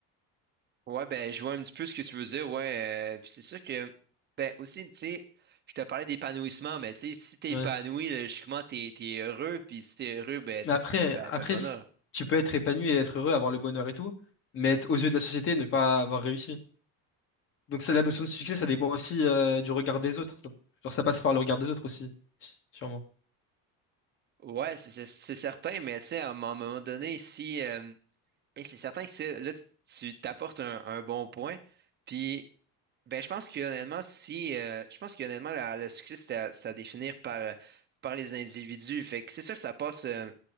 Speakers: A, on the right; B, on the left.
A: Ouais, ben, je vois un petit peu ce que tu veux dire, ouais. euh, puis c'est sûr que, ben, aussi, tu sais, je te parlais d'épanouissement, mais tu sais, si t'es
B: Ouais.
A: épanoui, logiquement, t'es, t'es heureux, puis si t'es heureux, ben,
B: Mais après,
A: ben,
B: après,
A: t'as le bonheur.
B: si- tu peux
A: tu
B: être
A: sais.
B: épanoui et être heureux, avoir le bonheur et tout, mais être, aux yeux de la société, ne pas avoir réussi. Donc, ça, la notion de succès, ça dépend aussi, euh, du regard des autres. Genre, ça passe par le regard des autres aussi, sûrement.
A: Ouais, c'est c'est- c'est certain, mais tu sais, à un moment donné, si, euh, et c'est certain que c'est, là, tu tu t'apportes un, un bon point, puis, ben, je pense que honnêtement, si, euh, je pense que honnêtement, la- le succès, c'est à, c'est à définir par, euh, par les individus, fait que c'est sûr que ça passe. euh,